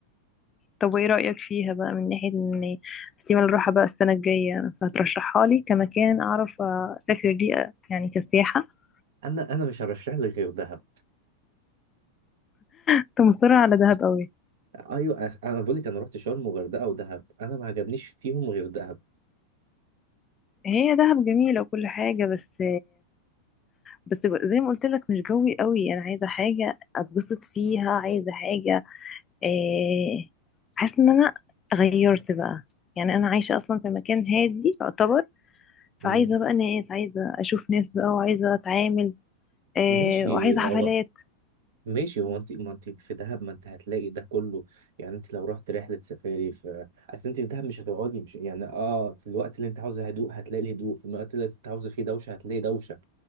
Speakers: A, on the left (about 25°); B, on the right (about 65°).
A: طب وايه رأيك فيها بقى من ناحية ان احتمال اروحها بقى السنة الجاية فهترشحها لي كمكان اعرف اسافر ليه يعني كسياحة
B: انا انا مش هرشح لك غير دهب
A: كنت مصرة على دهب قوي
B: ايوه أس- انا بقول لك انا رحت شرم وغردقه ودهب انا ما عجبنيش فيهم غير دهب
A: هي دهب جميلة وكل حاجة بس بس زي ما قلت لك مش جوي قوي انا عايزة حاجة اتبسط فيها عايزة حاجة إيه، حاسة ان انا غيرت بقى يعني انا عايشة اصلا في مكان هادي يعتبر فعايزة
B: مم.
A: بقى ناس عايزة اشوف ناس بقى وعايزة اتعامل إيه،
B: ماشي
A: وعايزة حفلات
B: هو ماشي هو انت ما انت في دهب ما انت هتلاقي ده كله يعني انت لو رحت رحله سفاري في اصل انت في دهب مش هتقعدي مش يعني اه في الوقت اللي انت عاوزه هدوء هتلاقي هدوء في الوقت اللي انت عاوزه فيه دوشه هتلاقي دوشه